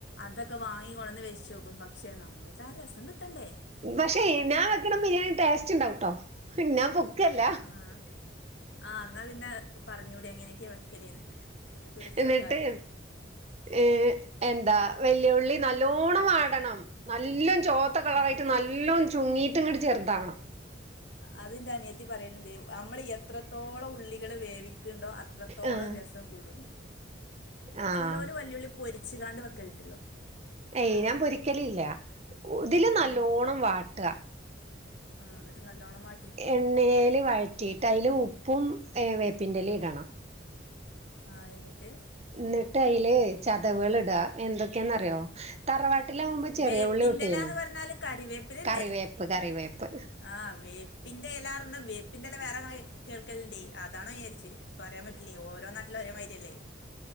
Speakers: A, on the left; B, on the right.
A: അതൊക്കെ വാങ്ങി കൊണ്ടന്ന് വെച്ചോക്കും പ ക്ഷോ നമ്മൾതാ രസം കിട്ടണ്ടേ
B: പക്ഷേ ഞാൻ വെക്കണ ബിരിയാണി ടേസ്റ്റ് ഉണ്ടാവട്ടോ ഞാൻ പൊക്കല്ല
A: ആഹ് ആഹ് ഇന്നാ പിന്നെ പറഞ്ഞൂടി എങ്ങനൊക്കെയ വെക്കല്ന്ന് നമുക്ക് വേച്ചോക്കാലോ
B: എന്നിട്ട് ഏഹ് എന്താ വെല്ലിയുള്ളി നല്ലോണ്ണം വാടണം നല്ലൊം ചോ പ്പ് കളറായിട്ട്
A: ആ
B: നല്ലോം ചുങ്ങീട്ട് ഇങ്ങട്ട് ചെറുതാവണം
A: അത് ഇന്റെ അനിയത്തി പറയല്ണ്ട് നമ്മള് എത്രത്തോളം ഉള്ളികള് വേവി ക്ണ്ടോ അത്രത്തോളം
B: ആഹ്
A: രസം കൂടുന്.
B: ആഹ്
A: ചിലോല് വല്ലുളളി പൊരിച്ചുകാണ്ട് വെക്കലുണ്ടല്ലോ.
B: ഏയ് ഞൻ പൊരിക്കലില്ല ഇതില് നല്ലോണ്ണം
A: ആ
B: വാട്ട.
A: ആഹ് എന്നിട്ട് നല്ലവണം വാ
B: എണ്ണയിൽ വഴറ്റിയിട്ട് അതിൽ ഉപ്പും വേപ്പിൻന്റെ ഇല ഇടണം.
A: ആഹ് എന്നിട്ട്.
B: എന്നിട്ട് അയില് ചതവുകള് ഇടാ എന്തൊക്കെയാന്നറിയോ. തറവാട്ടിലാകുമ്പോൾ ചെറിയ
A: വേപ്പിൻ്റെലാന്ന്
B: ഉള്ളി കൂട്ടിനു
A: പറഞ്ഞാൽ കറിവേപ്പിലല്ലേ
B: കറിവേപ്പ് കറിവേപ്പ്.
A: ആഹ് വേപ്പിന്റെ ഇലാ പർഞ വേപ്പ. പിന്റ ഇല വേറെ കേൾക്കലുണ്ട് അതണോ വിചാരിച്ച് പറയാൻ പറ്റില്ലേ ഓരോ നാട്ടിലും ഒരേ മാതിരി അല്ലേ.